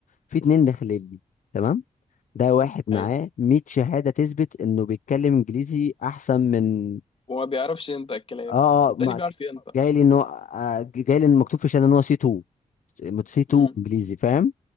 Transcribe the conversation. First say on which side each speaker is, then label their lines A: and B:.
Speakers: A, on the left (about 70°); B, on the left (about 45°).
A: في اتنين داخلين لي تمام ده واحد معاه
B: ايوه
A: 100 شهادة تثبت انه بيتكلم انجليزي احسن من
B: وما بيعرفش ينطق الكلام
A: اه
B: والتاني
A: اه ما
B: بيعرف
A: ك-
B: ينطق
A: جاي لي انه آه، جاي لي إن مكتوب في الشهادة ان هو سي 2 سي 2
B: امم
A: انجليزي فاهم